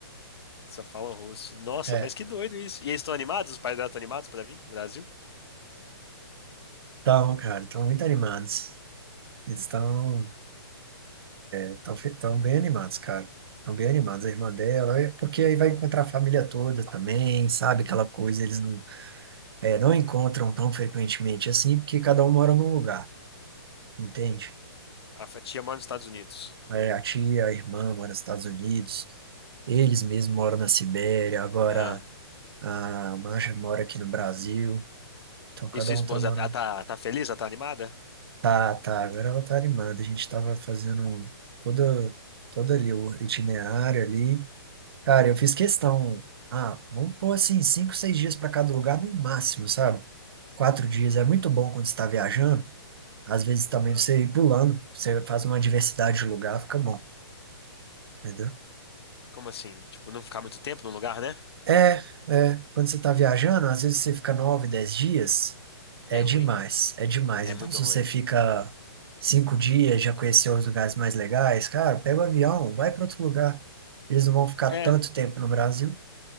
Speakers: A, on the left; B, on the right.
A: Só falam russo. Nossa,
B: É,
A: mas que doido isso. E eles estão animados? Os pais dela estão animados para vir pro Brasil?
B: então, cara, estão muito animados. Eles estão. Estão estão bem animados, cara. Estão bem animados. A irmã dela, é- porque aí vai encontrar a família toda também, sabe? Aquela coisa, eles não, é, não encontram tão frequentemente assim, porque cada um mora num lugar, entende?
A: A f- tia mora nos Estados Unidos.
B: É, a tia, a irmã mora nos Estados Unidos, eles mesmos moram na Sibéria, agora
A: Ah,
B: a Masha mora aqui no Brasil, então cada
A: e sua esposa,
B: um tá morando.
A: ela tá, ela tá feliz? Ela tá animada?
B: Tá, tá, agora ela tá animada. A gente tava fazendo toda, todo ali o itinerário ali. Cara, eu fiz questão. Ah, vamos pôr assim, cinco, seis dias para cada lugar no máximo, sabe? Quatro dias é muito bom quando você está viajando. Às vezes também
A: Ah,
B: você ir pulando, você faz uma diversidade de lugar, fica bom, entendeu?
A: como assim? Tipo, não ficar muito tempo num lugar, né?
B: É, é. Quando você está viajando, às vezes você fica nove, dez dias, é
A: É ruim.
B: demais, é demais.
A: É
B: Então,
A: muito
B: se
A: ruim.
B: você fica cinco dias, já conheceu os lugares mais legais, cara, pega o avião, vai para outro lugar. Eles não vão ficar
A: É,
B: tanto tempo no Brasil.